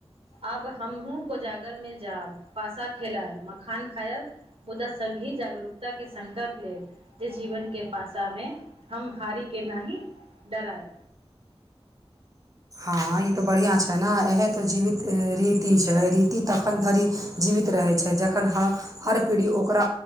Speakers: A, on the right; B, on the right.
A: अब हमहूँ कोजागर मे जाब पासा खेलाएब मखान खायब। मुदा संगही जागरूकताके संकल्प लेब। जी जीवन के पासामे हम हारी के नाहि डराएब।
B: हँ ई तऽ बढ़ियाँ छै न इहे तऽ जीवित रीति छै रीति तखन धरि जीवित। रहै छै जखन ह हर पीढ़ी ओकरा